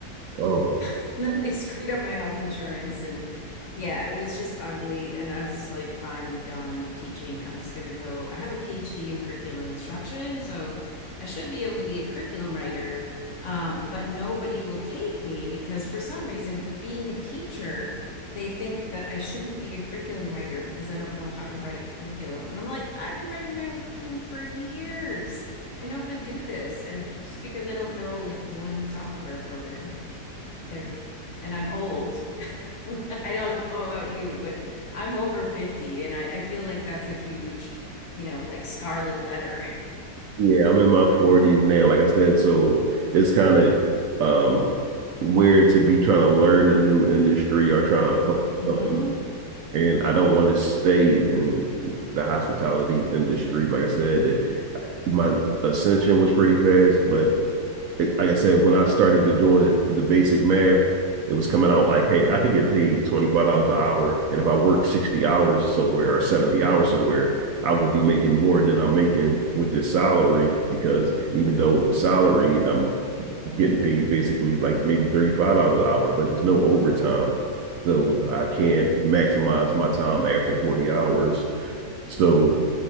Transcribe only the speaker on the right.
Oh,
Yeah, I'm in my 40s now, like I said, so it's kind of um weird to be trying to learn a new industry or trying to
find
something. new. And I don't want to stay in the hospitality industry. Like I said, it, my ascension was pretty fast, but like I said, when I started to doing the basic math, it was coming out like, hey, I could get paid twenty five dollars an hour, and if I work sixty hours somewhere or seventy hours somewhere, I would be making more than I'm making with this salary because even though it's salaried, I'm getting paid basically like maybe thirty five dollars an hour, but there's no overtime, so I can't maximize my time after forty hours. So